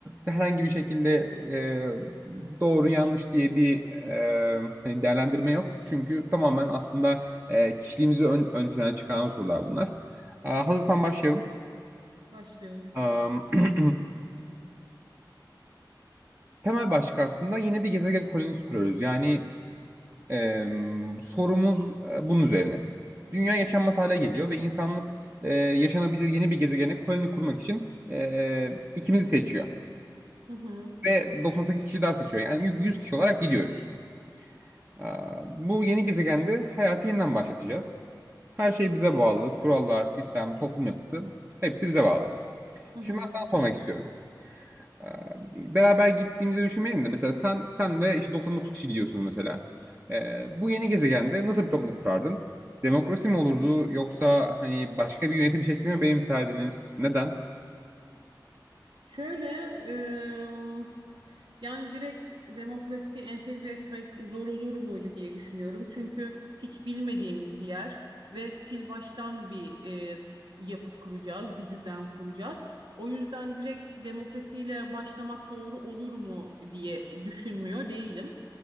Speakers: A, on the right; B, on the right.
A: herhangi bir şekilde e, doğru yanlış diye bir e, hani değerlendirme yok. Çünkü tamamen aslında e, kişiliğimizi ön, ön plana çıkaran sorular bunlar. E, hazırsan başlayalım.
B: Başlıyorum.
A: E, <clears throat> Temel başlık aslında yine bir gezegen kolonisi kuruyoruz. Yani Ee, sorumuz e, bunun üzerine. Dünya yaşanmaz hale geliyor ve insanlık e, yaşanabilir yeni bir gezegene koloni kurmak için e, ikimizi seçiyor.
B: Hı hı,
A: Ve 98 kişi daha seçiyor. Yani 100 kişi olarak gidiyoruz. Aa, bu yeni gezegende hayatı yeniden başlatacağız. Her şey bize bağlı. Kurallar, sistem, toplum yapısı hepsi bize bağlı.
B: hı
A: Şimdi
B: hı.
A: ben sana sormak istiyorum. Ee, beraber gittiğimizi düşünmeyelim de mesela sen sen ve işte 99 kişi gidiyorsunuz mesela. Ee, bu yeni gezegende nasıl bir toplum kurardın? Demokrasi mi olurdu yoksa hani başka bir yönetim şekli mi benimserdiniz? Neden?
B: Şöyle, ım, yani direkt demokrasiyi entegre etmek zor olur muydu diye düşünüyorum. Çünkü hiç bilmediğimiz bir yer ve sil baştan bir e, yapı kuracağız, bir düzen kuracağız. O yüzden direkt demokrasiyle başlamak doğru olur mu diye düşünmüyor değilim.